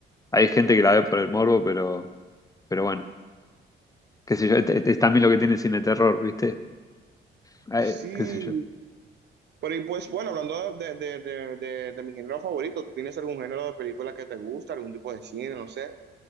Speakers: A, on the left; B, on the right.
A: Hay gente que la ve por el morbo, pero, pero bueno, qué sé yo, es, es también lo que tiene el cine de terror, ¿viste? Ay,
B: Sí,
A: qué sé yo.
B: pero y pues bueno, hablando de, de, de, de, de mi género favorito, ¿tienes algún género de película que te gusta, algún tipo de cine, no sé?